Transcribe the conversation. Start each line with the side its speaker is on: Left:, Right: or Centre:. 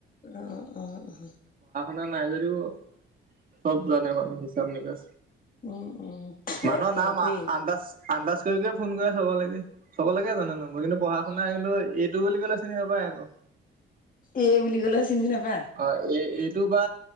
Left: আহ অ অ।
Right: না নাই যদিও চব জানে মানে হিচাপ নিকা।
Left: উম উম
Right: মানুহ
Left: সেইটোৱেই
Right: নাম আ আন্দাজ আন্দাজ কৰিয়ে ফোন কৰে চব লাগে, চব লাগে জানে নো মই কিন্তু পঢ়া- শুনা কিন্তু এইটো বুলি ক'লে চিনি পাই আকৌ।
Left: এ বুলি ক'লে চিনি নাপায়।
Right: অ এই এইটো বা